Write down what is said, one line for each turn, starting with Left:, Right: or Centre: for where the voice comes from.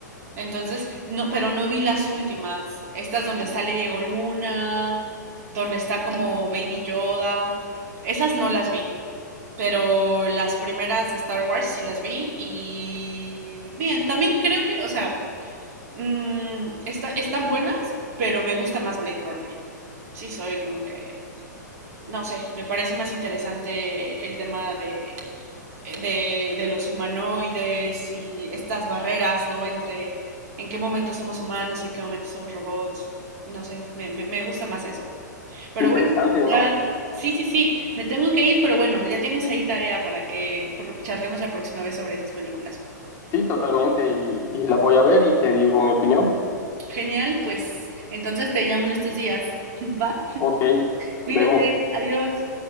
Right: entonces, no, pero no vi las últimas. Estas donde sale Diego Luna, donde está como Baby Yoda. Esas no las vi. Pero las primeras de Star Wars sí las vi y bien, también creo que, o sea, mmm, está- están buenas, pero me gusta más Blade Runner. Sí, soy como que, no sé, me parece más interesante el tema de, de, de los humanoides y estas barreras, ¿no? Entre en qué momento somos humanos, en qué momento somos robots, no sé, me, me, me gusta más eso. Pero
Left: interesante,
Right: bueno,
Left: ¿no?
Right: ya, sí, sí, sí, me tengo que ir, pero bueno, ya tienes ahí tarea para que pro- charlemos la próxima vez sobre esas películas.
Left: Sí, totalmente. Y, y la voy a ver y te digo mi opinión.
Right: Genial, pues entonces te llamo en estos días, <laughs> ¿va?
Left: Ok,
Right: Cuídate,
Left: vemos.
Right: adiós.